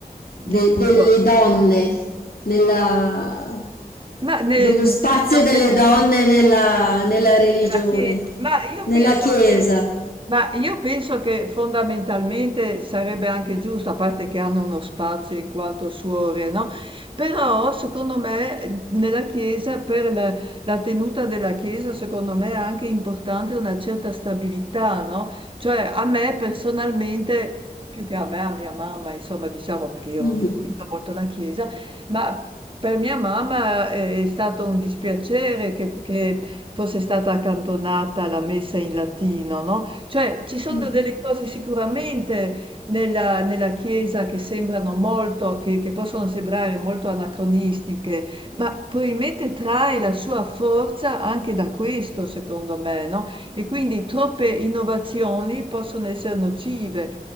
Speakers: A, on the left; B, on the right.
A: de-
B: Di- Dico,
A: delle donne, nella,
B: ma ne-
A: dello spazio
B: delle donne.
A: delle donne nella, nella religione,
B: Nella chiesa, ma io
A: nella
B: penso
A: Chiesa?
B: che ma io penso che fondamentalmente sarebbe anche giusto, a parte che hanno uno spazio in quanto suore, no, però secondo me eh, nella chiesa, per la, la tenuta della chiesa, secondo me è anche importante una certa stabilità, no? Cioè a me personalmente, più che a me, a mia mamma, insomma, diciamo perché io
A: Mm.
B: non frequento molto la chiesa, ma... Per mia mamma è è stato un dispiacere che, che fosse stata accantonata la messa in latino, no, cioè ci sono
A: Mm.
B: delle cose sicuramente nella nella Chiesa che sembrano molto che che possono sembrare molto anacronistiche, ma probabilmente trae la sua forza anche da questo secondo me, no, e quindi troppe innovazioni possono essere nocive.